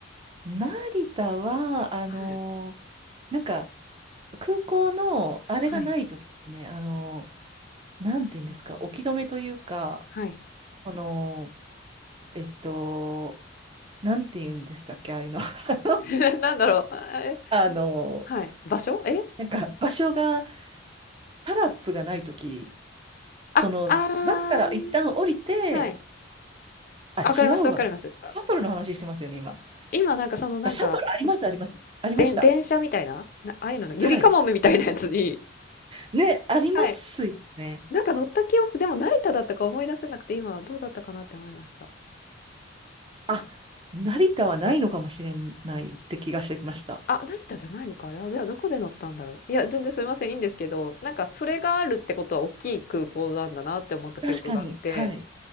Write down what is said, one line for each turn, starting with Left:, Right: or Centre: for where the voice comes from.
Right: 成田は、あの
Left: はい。
Right: ー、なんか、空港の、あれがない時ですね。
Left: はい。
Right: あのー、なんていうんですか、
Left: うん
Right: 置き止めというか、
Left: はい。
Right: その、えっと、なんて言うんでしたっけ、ああいうの。<laughs>
Left: <laughs> なんだろう。あえ
Right: あの、
Left: はい。場所え
Right: なんか場所が、タラップがないとき、
Left: あ、
Right: その、
Left: ああ、
Right: バスから一旦降りて、
Left: はい。
Right: あ、
Left: あ、分かります分かります。
Right: 違うわ。
Left: あ、
Right: シャトルの話してますよね、今。
Left: 今なんかそのなんか、
Right: あ、シャトルあります、あります。ありました。
Left: で電車みたいな、なああいうのの、ゆりかもめみたいなやつに
Right: はい。ね、ありますよね。
Left: はい。なんか乗った記憶でも成田だったか思い出せなくて、今どうだったかなって思いました。
Right: あ、成田はないのかもしれないって気がしてきました。
Left: あ、成田じゃないのか、あれは。じゃあどこで乗ったんだろう。いや、全然すいません、いいんですけど、なんかそれがあるってことは大きい空港なんだなって思った記憶があって。
Right: 確かに、はい。